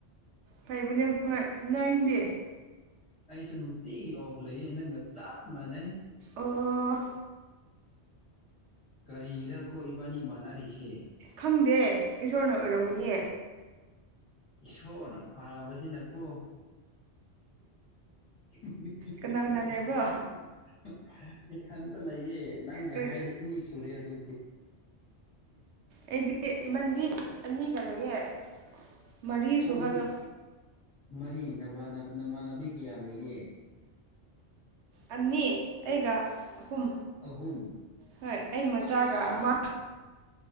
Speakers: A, on the right (about 80°); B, on the left (about 30°).
A: ꯐꯩꯕꯅꯦ ꯍꯣꯏ ꯅꯪꯗꯤ
B: ꯑꯩꯁꯨ ꯅꯨꯡꯇꯤꯒꯤ ꯑꯣꯐ ꯂꯩꯌꯦ ꯅꯪꯒ ꯆꯞ ꯃꯥꯟꯅꯩ
A: ꯑꯣ
B: ꯀꯔꯤ ꯏꯔ ꯀꯣ ꯏꯕꯥꯅꯤ ꯃꯥꯟꯅꯔꯤꯁꯦ
A: ꯈꯪꯗꯦ ꯏꯁꯣꯔꯅ ꯑꯣꯏꯔꯝꯒꯅꯤ
B: ꯏꯁꯣꯔꯅ ꯐꯕꯁꯤꯅꯀꯣ <unintelligible>
A: ꯀꯅꯥ ꯀꯅꯥ ꯂꯩꯕ꯭ꯔꯣ
B: ꯏꯈꯟꯇ ꯂꯩꯌꯦ ꯅꯪꯒ
A: ꯀꯔꯤ
B: ꯍꯥꯏꯗꯤ ꯑꯅꯤ ꯁꯨꯔꯦ ꯍꯧꯖꯤꯛꯇꯤ
A: ꯑꯩꯗꯤ ꯏꯃꯟꯕꯤ ꯑꯅꯤꯒ ꯂꯩꯌꯦ ꯃꯔꯤ
B: ꯅꯪꯗꯤ
A: ꯁꯨꯍꯜꯂꯣ
B: ꯃꯔꯤ ꯅꯕꯥꯟ ꯅꯃꯥꯟꯅꯕꯤ ꯀꯌꯥ ꯂꯩꯌꯦ
A: ꯑꯅꯤ ꯑꯩꯒ ꯑꯍꯨꯝ
B: ꯑꯍꯨꯝ
A: ꯍꯣꯏ ꯑꯩ ꯃꯆꯥꯒ
B: ꯑꯁ
A: ꯑꯃ